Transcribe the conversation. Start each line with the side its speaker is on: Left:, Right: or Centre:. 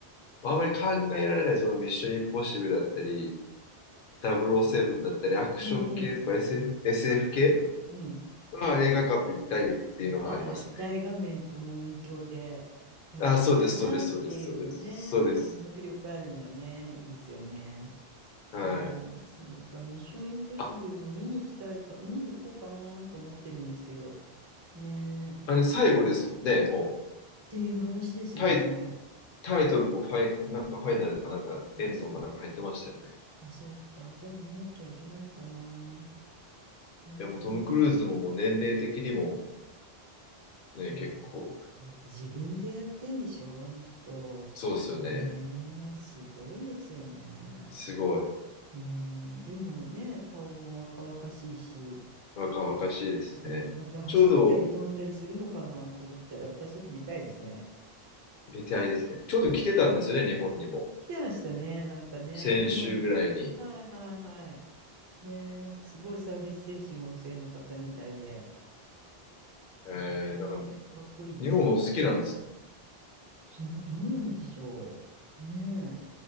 Left: まあ、あまり考えられない、そのミッションインポッシブルだったり、007だったり、アクション系とか
Right: うんうん。
Left: SF、SF 系
Right: うん。
Left: は映画館で見たいっていうのはありますね。
Right: はい。大画面とも音響で楽しみたいなっていうのね。
Left: あ、そうです、そうです、そうです、そうです、そうです。
Right: うん。迫力あるのはね、いいですよね。
Left: はい。
Right: はい、そうか、ミッションインポッシブルも見に行きたいか、
Left: あ、
Right: 見に行こうかなと思ってるんですけど、ねえ、どうしようかなっ
Left: あれ最後ですもんね、もう。
Right: ていう話ですよね。
Left: タイ、タイトルもファイ、なんかファイナルとかなんかエンドかなんか入ってましたよね。
Right: あ、そ、あ、そうか。じゃあ見なきゃいけないかな。ねえ、
Left: いや、もうトム・
Right: なん
Left: クルーズももう年齢的にもね、
Right: いやー、
Left: 結構、
Right: だって自分でやってんでしょ、あの人。
Left: そうですよね。
Right: ねえ、すごいですよね。
Left: すごい。
Right: うん、でもね、顔も若々しいし、
Left: 若々しいですね。
Right: そう、また走ったり飛んだりするのかなと思ったら、
Left: ちょうど、
Right: やっぱちょっと見たいですね。
Left: 見てあれですね。ちょうど来てたんですよね、日本にも。
Right: 来てましたね、なんかね。
Left: 先週ぐらいに。
Right: うん。はいはいはい。ね、なんかすごいサービス精神旺盛な方みたいで。
Left: えー、
Right: ね、
Left: なんか、
Right: かっこいいですよね。
Left: 日本お好きなんです。
Right: その、どうなんでしょう。ね